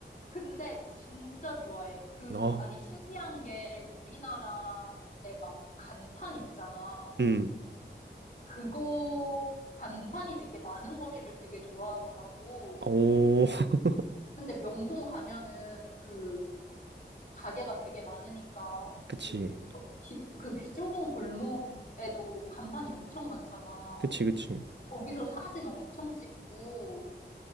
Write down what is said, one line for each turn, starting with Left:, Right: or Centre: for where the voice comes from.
Left: 근데 진짜 좋아해. 그,
Right: 어,
Left: 아니, 신기한 게 우리나라에 막 간판 있잖아.
Right: 음,
Left: 그거, 간판이 되게 많은 거리를 되게 좋아하더라고.
Right: 오, <laughs>
Left: 근데 명동 가면은 그 가게가 되게 많으니까
Right: 그치.
Left: 그, 어, 기- 그 좁은 골목에도 간판이 엄청 많잖아.
Right: 그치, 그치.
Left: 거기서 사진 엄청 찍고,